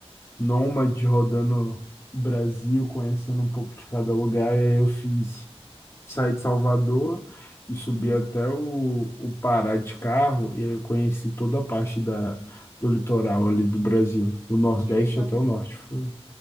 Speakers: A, on the left; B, on the right.
A: nômade rodando o Brasil, conhecendo um pouco de cada lugar. E aí eu fiz, saí de Salvador e subi
B: Uhum.
A: até o, o Pará de carro. E aí eu conheci toda a parte da, do litoral ali do Brasil, do Nordeste
B: Que legal.
A: até o Norte. Foi